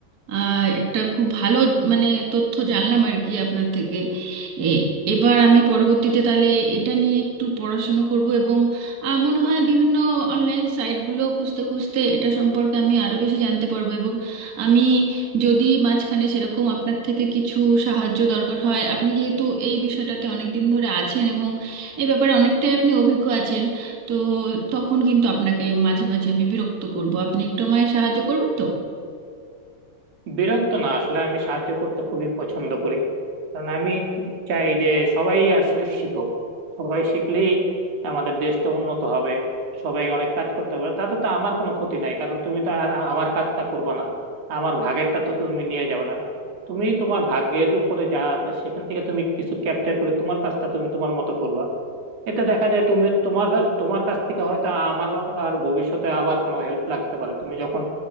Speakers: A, on the right; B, on the right.
A: আর একটা খুব ভালো মানে তথ্য জানলাম আর কি আপনার থেকে এ- এবার আমি পরবর্তীতে তাহলে এটা নিয়ে একটু পড়াশুনো করব এবং আহ, মনে হয় বিভিন্ন অনলাইন সাইটগুলো খুঁজতে খুঁজতে এটা সম্পর্কে আমি আরও বেশি জানতে পারবো এবং আমি যদি মাঝখানে সেরকম আপনার থেকে কিছু সাহায্য দরকার হয় আপনি যেহেতু এই বিষয়টাতে অনেক দিন ধরে আছেন এবং এই ব্যাপারে অনেকটাই আপনি অভিজ্ঞ আছেন তো তখন কিন্তু আপনাকে মাঝে মাঝে আমি বিরক্ত করব আপনি একটু আমায় সাহায্য করবেন তো
B: বিরক্ত না আসলে আমি সাহায্য করতে খুবই পছন্দ করি কারণ আমি চাই যে সবাই আসলে শিখুক সবাই শিখলেই আমাদের দেশটা উন্নত হবে সবাই অনেক কাজ করতে পারবে তাতে তো আমার কোনো ক্ষতি নাই কারণ তুমি তো আর আমার কাজটা করবে না আমার ভাগেরটা তো তুমি নিয়ে যাবে না তুমি তোমার ভাগ্যের উপরে যা আছে সেখান থেকে তুমি কিছু ক্যাপচার করে তোমার কাজটা তুমি তোমার মতো করবা এতে দেখা যায় তুমি তোমার তোমার কাছ থেকে হয়তো আমার আর ভবিষ্যতে আবার কোনো হেল্প লাগতে পারে তুমি যখন